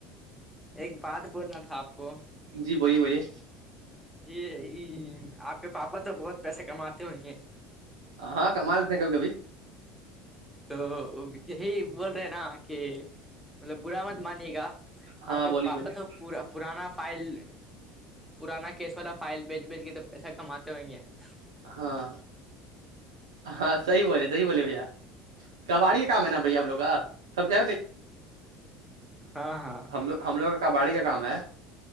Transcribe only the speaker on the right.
جی بولیے بولیے
ہاں ہاں کمال دیتے ہیں کل کبھی
ہاں
بولیے
بولیے
ہاں ہاں صحیح بولے صحی بولے بھیا کباڑی کام ہے نا بھیا آ لگ کا سب ج
ہم لوگ ہم لوگوں کا کا باڑی کا کام ہے